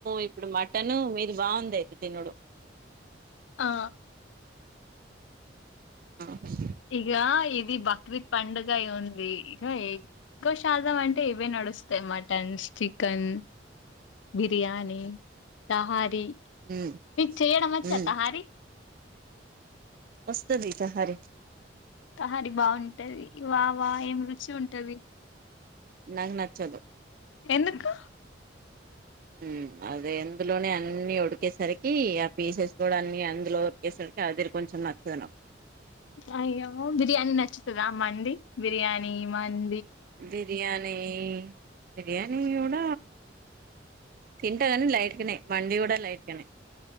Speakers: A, on the right; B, on the left.
A: ఇప్ ఇప్పుడు మటను మీది బాగుంది అయితే తినుడు
B: ఆ
A: ఆ హ
B: ఇగ ఇది బక్రీద్ పండుగ ఉంది ఇక ఎ ఎక్కువషదాం అంటే ఇవే నడుస్తాయి మటన్ చికెన్ బి బిర్యానీ తహారీ
A: ఉమ్
B: మీకు చేయడం వచ్చా
A: ఉమ్
B: తహారీ
A: వస్తది దహరి
B: తహారి బాగుంటది వా వా ఏం రుచి ఉంటది
A: నాకు నచ్చదు
B: ఎందుకు
A: ఉమ్ అదే అందులోనే అన్ని ఉడికేసరికి ఆ పీసెస్ కూడా అన్ని అందులో ఉరికేసరి సరికి అదిరి కొంచం నచ్చదున
B: అయ్యో బిర్యానీ నచ్చుతదా మండి బిర్యానీ మన్
A: బిర్యానీ బిర్యానీ కూడ తింటాగాని లైట్కినేయి మండి కూడా లైట్ కనే